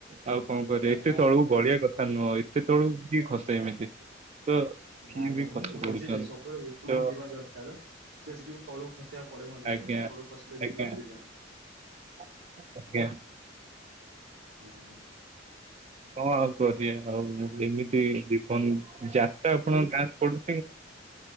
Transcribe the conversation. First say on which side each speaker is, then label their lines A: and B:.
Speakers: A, on the right; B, on the right.
A: ଆଉ କଣ କରିବ,
B: ଆ-
A: ଏତେ
B: ଆଜ୍ଞା।
A: ତଳକୁ ବଢିଆ କଥା ନୁହଁ ଏତେ ତଳକୁ କିଏ ଖସେ ଏମିତି ତ କିଏ
B: ଆଜ୍ଞା,
A: ବି ଖସି
B: ନାଇଁ ମୁଁ ବୁଝିଲି
A: ପଡୁଛନ୍ତି
B: ସବୁବେଳେ ଉପରୁକୁ
A: ତ
B: ଯିବା ଦରକାର ସେ ସେଠିକୁ ତଳୁ ଖସିବା ପଡେ ମଝିରେ
A: ଆଜ୍ଞା।
B: ମଝିରେ, ତଳ କୁ ଖସିଲେ
A: ଆଜ୍ଞା
B: ଯାକି ଉପୁରିଯାଆନ୍ତି।
A: ଆଜ୍ଞା ।
B: ହର <inaudible>
A: ହଁ ଆଉ କର ଆଉ ଏମିତି ଜୀବନ ଯାତ୍ରା ଆପଣଙ୍କ ଗାଁରେ ପଡୁ